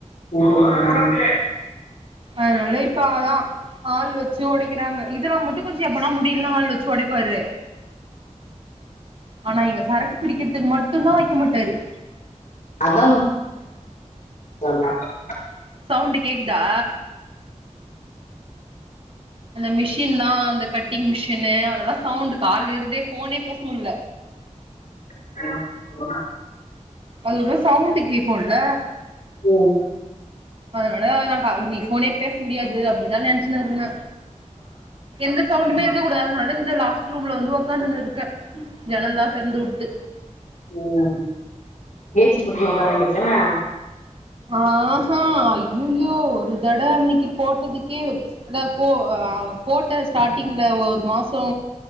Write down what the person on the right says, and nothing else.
அதனால இப்ப ஆதா ஆள் வெச்சு ஒடைக்கிறாங்க இதுனா மட்டு கொஞ்சோ எப்பனா முடில்னா ஆள் வெச்சு ஒடைப்பாரு ஆனா எங்க சரக்கு பிரிக்கறதுக்கு மட்டுந்தா வெக்க மாட்டாரு
சவுண்டு் கேக்குதா அந்த மிஷின்லா அந்த கட்டிங் மிஷினு அதெல்லா சவுண்ட்டு கால்ல இருந்தே போனே பேச முல்ல
அது ஒருத சவுண்டு கேக்குல்ல
அதனால நா கா இன்னைக்கு ஃபோனே பேச முடியாது அப்டிதா நெனச்சுனுருந்த எந்த சவுண்டுமே க்கக் கூடாதுன் அழுந்த லாஸ்ட் ரூம்ல வந்து உக்காந்துன்னுருக்க ஜன்னலெல்லா தெறந்து விட்டு
ஆஹா அய்யய்யோ ஒரு தட அன்னைக்கி போட்டதுக்கே அதா போ அ போட்டஸ் ஸ்டார்டிங்ல ஒரு மாசோ